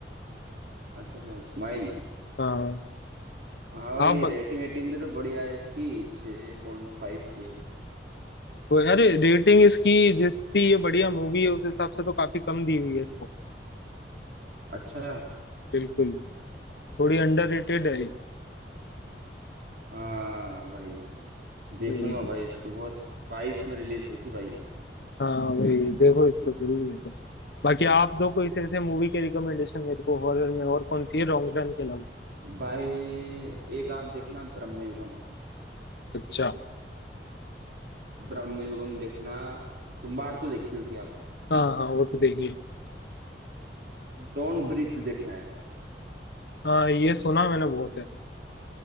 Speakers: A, on the right (about 60°); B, on the left (about 65°).
A: अच्छा अच्छा इस्माइल
B: हाँ
A: हाँ भाई
B: आप ब-
A: रेटिंग एटिंग भी तो बढ़िया है इसकी छः पॉइंट फाइव की है
B: वो- अरे रेटिंग इसकी जितनी ये बढ़िया मूवी है उस हिसाब से तो काफी कम दी हुई है इसको
A: अच्छा
B: बिल्कुल थोड़ी अंडररेटेड है ये
A: हाँ भाई देखूंगा
B: वही,
A: भाई इसको बहुत बाईस में रिलीज हुई थी भाई ये
B: हाँ वही देखो इसको जरूर देखो बाकी आप दो कोई ऐसे मूवी के रिकमेंडेशन मेरे को हॉरर में और कौन सी है रॉन्ग टर्न के अलावा
A: भाई एक आप देखना ब्रह्मयुगम
B: अच्छा
A: ब्रह्मयुगम देखना तुम्बाड़ तो देखी होगी आप
B: हाँ हाँ वो तो देखिए
A: डॉन ब्रीथ देखना है एक बार
B: हाँ ये सुना मैंने बहुत है